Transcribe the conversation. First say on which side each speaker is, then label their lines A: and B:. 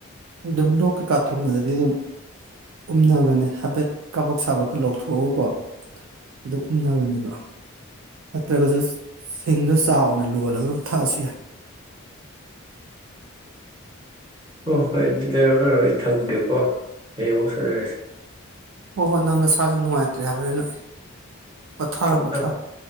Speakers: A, on the right; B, on the right.
A: ꯑꯗꯨꯝ ꯂꯣꯛ ꯀꯩꯀꯥ ꯊꯣꯡꯕꯗꯗꯤ ꯑꯗꯨꯝ ꯎꯝꯅꯕꯅꯦ ꯍꯥꯏꯐꯦꯠ ꯀꯕꯛ ꯁꯥꯕꯀ ꯂꯧꯊꯣꯛꯑꯒꯀꯣ ꯑꯗꯨ ꯎꯝꯅꯕꯅꯦꯕ ꯅꯠꯇ꯭ꯔꯒꯁꯨ ꯁꯤꯡꯗꯣ ꯆꯥ ꯑꯣꯏꯅ ꯂꯣꯜꯂꯒ ꯑꯗꯨꯝ ꯊꯛꯑꯁꯨ ꯌꯥꯏ
B: ꯍꯣꯏ ꯍꯣꯏ ꯑꯗꯨ ꯂꯩꯔꯣ ꯂꯩꯔꯣ ꯑꯩ ꯊꯝꯒꯦꯀꯣ ꯍꯌꯦꯡ ꯑꯃꯨꯛ ꯁꯥꯟꯟꯅꯔꯁꯦ
A: ꯍꯣꯏ ꯍꯣꯏ ꯅꯪ ꯅꯁꯥꯥꯁꯨ ꯅꯨꯡꯉꯥꯏꯇ꯭ꯔꯦ ꯍꯥꯏꯕꯅꯤ ꯅ ꯄꯣꯊꯥꯔꯣ
B: ꯊꯝꯃꯦ
A: ꯄꯣꯊꯥꯔꯣ
B: ꯊꯝꯃꯦ